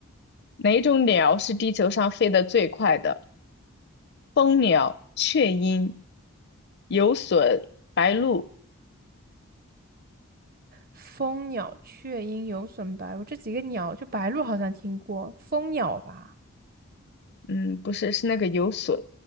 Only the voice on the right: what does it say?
蜂鸟、雀鹰、有隼、白鹭这几个鸟，就白鹭好像听过，蜂鸟吧？